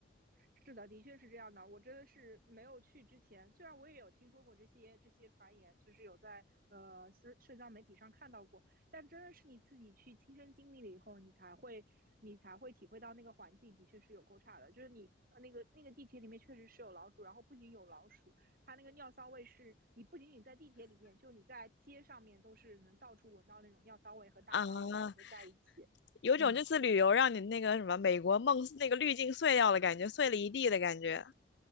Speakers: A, on the right; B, on the left.
A: 是的，的确是这样的。我真的是没有去之前，虽然我也有听说过这些这些传言，就是有在呃社社交媒体上看到过，但真的是你自己去亲身经历了以后，你才会你才会体会到那个环境的确是有够差的。就是你呃那个那个地铁里面确实是有老鼠，然后不仅有老鼠，它那个尿骚味是你不仅仅在地铁里面，就你在街上面都是能到处闻到那种尿骚味和大麻味混合在一起。
B: 啊，有种这次旅游让你那个什么美国梦那个滤镜碎掉了感觉，
A: 嗯，
B: 碎了一地的感觉。